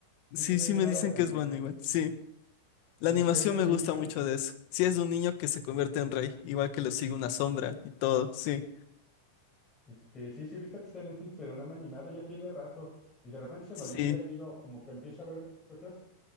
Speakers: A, on the left (about 15°); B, on the left (about 45°).
A: Sí,
B: Sí,
A: sí me
B: sí
A: ha llamado
B: me dicen
A: la atención.
B: que es buena igual. Sí. La
A: Como
B: animación
A: que es de un
B: me
A: niño,
B: gusta
A: ¿no?
B: mucho de eso. Sí, es de un niño que se convierte en rey, igual que le sigue una sombra y todo. Sí.
A: Este, sí, sí he visto que está en Netflix, pero no me ha animado, ya tiene rato. Y de repente se
B: Sí,
A: me olvida y digo, como que empiezo a ver otras cosas